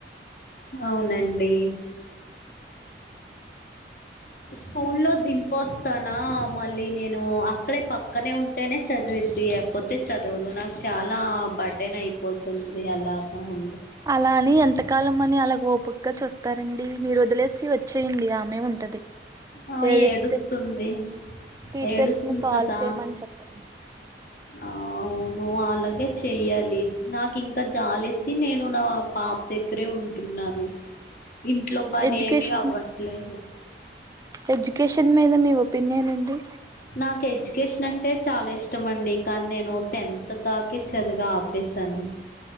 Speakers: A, on the left; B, on the right.
A: అవునండి స్కూల్ లో దింపొస్తాను ఆ మళ్ళీ నేను అక్కడే పక్కనే ఉంటేనే చదివిద్ది లేకపోతే చదువదు నాకు చాలా బర్డేన్ అయిపోతుంది అలాగా ఉ
B: అలా అని ఎంతకాలం అని అలా ఓపిగా చూస్తారండి మీరు వదిలేసి వచ్చేయండి ఆమె ఉంటది
A: ఆ
B: ఏడిస్తే
A: ఏడుస్తుంది
B: టీచర్స్
A: ఏడుస్తుంది
B: ని కాల్
A: కదా
B: చేయమని చెప్పండి
A: అవును అలాగే చెయ్యాలి నాకు ఇంకా జాలేసి నేను నా పాప దగ్గరే ఉంటున్నాను ఇంట్లో పని
B: ఎడ్యుకేషన్
A: ఏమి అవ్వట్లేదు
B: ఎడ్యుకేషన్ మీద మీ ఒపీనియన్ అండి
A: నాకు ఎడ్యుకేషన్ అంటే చాలా ఇష్టం అండి కానీ నేను టెన్త్ తాక చదిగా ఆపేశాను